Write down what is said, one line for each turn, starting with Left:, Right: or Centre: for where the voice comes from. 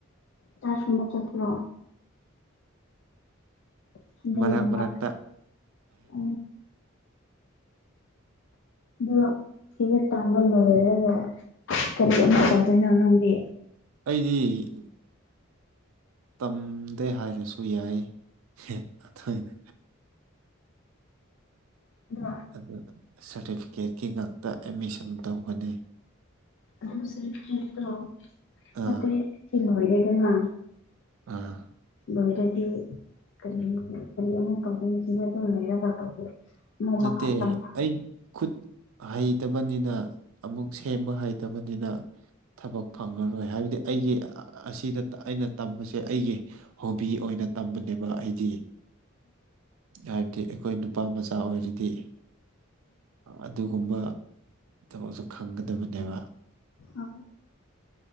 Left: ꯀ꯭ꯂꯥꯁꯀꯨꯝꯕ ꯆꯠꯄ꯭ꯔꯣ <unintelligible>
Right: ꯃꯔꯛ ꯃꯔꯛꯇ
Left: ꯑꯗꯣ ꯁꯤ ꯍꯦꯛ ꯇꯝꯕ ꯂꯣꯏꯔꯒ ꯀꯔꯤ ꯑꯃꯨꯛ ꯇꯧꯗꯣꯏꯅꯣ ꯅꯪꯗꯤ
Right: ꯑꯩꯗꯤ ꯇꯝꯗꯦ ꯍꯥꯏꯔꯁꯨ ꯌꯥꯏꯌꯦ ꯑꯊꯣꯏꯅ
Left: <unintelligible>
Right: ꯑꯗꯨ ꯁꯥꯔꯇꯤꯐꯤꯀꯦꯠꯀꯤ ꯉꯥꯛꯇ ꯑꯦꯠꯃꯤꯁꯟ ꯇꯧꯕꯅꯦ
Left: ꯑꯗꯨ ꯁꯔꯇꯤꯐꯤꯀꯦꯠꯇꯣ
Right: ꯑꯥ
Left: ꯃꯇ꯭ꯔꯦꯠ ꯇꯤ ꯂꯣꯏꯔꯗꯅ
Right: ꯑꯥ
Left: ꯂꯣꯏꯔꯗꯤ ꯀꯔꯤ ꯀꯔꯤ ꯑꯃꯨꯛ ꯇꯧꯗꯣꯏꯅꯣ ꯁꯤꯗ ꯑꯗꯨꯝ ꯂꯩꯔꯒ ꯇꯧꯗꯣꯏ ꯑꯃꯨꯛ
Right: ꯅꯠꯇꯦ
Left: ꯃꯈꯥ ꯇꯝꯊꯥ
Right: ꯑꯩ ꯈꯨꯠ ꯍꯩꯇꯕꯅꯤꯅ ꯑꯃꯨꯛ ꯁꯦꯝꯕ ꯍꯩꯇꯕꯅꯤꯅ ꯊꯕꯛ ꯐꯪꯉꯔꯣꯏ ꯍꯥꯏꯕꯗꯤ ꯑꯩꯒꯤ ꯑꯁꯤꯗ ꯑꯩꯅ ꯇꯝꯕꯁꯦ ꯑꯩꯒꯤ ꯍꯣꯕꯤ ꯑꯣꯏꯅ ꯇꯝꯕꯅꯦꯕ ꯑꯩꯗꯤ ꯍꯥꯏꯕꯗꯤ ꯑꯩꯈꯣꯏ ꯅꯨꯄꯥ ꯃꯆꯥ ꯑꯣꯏꯔꯗꯤ ꯑꯗꯨꯒꯨꯝꯕ ꯊꯕꯛꯁꯨ ꯈꯪꯒꯗꯕꯅꯦꯕ
Left: ꯑ